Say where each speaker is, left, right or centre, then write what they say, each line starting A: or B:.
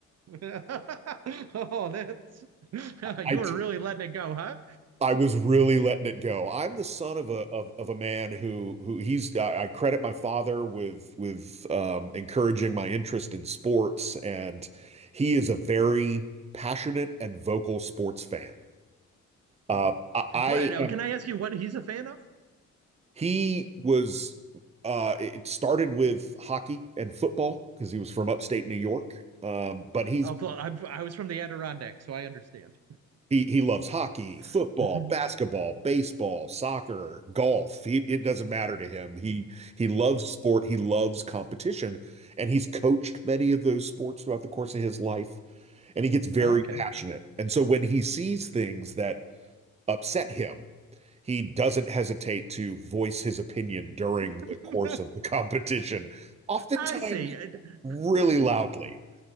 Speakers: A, on the right (about 55°); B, on the right (about 20°).
A: <laughs> Oh, that's <laughs>
B: I
A: you were really letting it go, huh?
B: I was really letting it go. I'm the son of a of, of a man who who he's I, I credit my father with with um, encouraging my interest in sports, and he is a very passionate and vocal sports fan. Uh,
A: hmm
B: I, I
A: What uh,
B: am.
A: can I ask you what he's a fan of?
B: He was. Uh, it started with hockey and football because he was from upstate New York. Um, but he's
A: Oh, well, I'm, I was from the Adirondack, so I understand.
B: He he loves hockey, football,
A: <laughs> hmm
B: basketball, baseball, soccer, golf. He, it doesn't matter to him. He he loves sport. He loves competition, and he's coached many of those sports throughout the course of his life. And he gets very
A: Okay.
B: passionate. And so when he sees things that upset him, he doesn't hesitate to voice his opinion during
A: <laughs>
B: the course of the <laughs> competition, oftentimes
A: I see. <laughs>
B: really loudly.